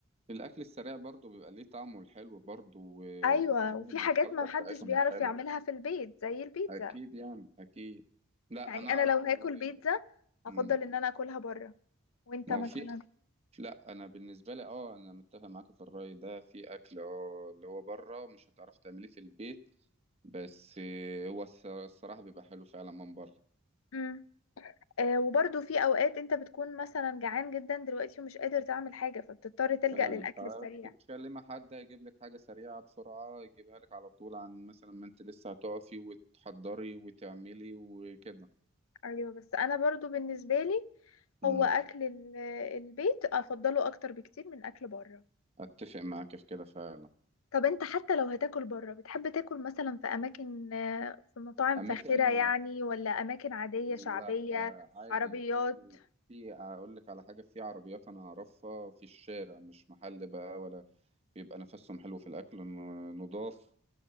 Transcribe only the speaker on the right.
الأكل السريع برضو بيبقى ليه طعمه الحلو برضو وبيبقى
لهم
الخلطة
بتاعتهم
الحلوة
أكيد يعني أكيد لا
أنا
أعرف
والله
مم.
ما
هو في لا انا بالنسبه لي اه انا متفق معاك في الراي ده في اكل اه اللي هو بره مش هتعرف تعمليه في البيت بس آه، هو الص- الصراحة بيبقى حلو فعلا من بره
فعلا
فبتتكلم
مع حد هيجيب لك حاجة سريعة بسرعة يجيبها لك على طول عن مثلا ما انت لسه هتقفي وتحضري وتعملي وكده
امم
اتفق معاك في كده فعلا
اماكن
لا
آه، عادي
في في اقول لك على حاجة في عربيات انا اعرفها في الشارع مش محل بقى ولا بيبقى نفسهم حلو في الاكل ن- نضاف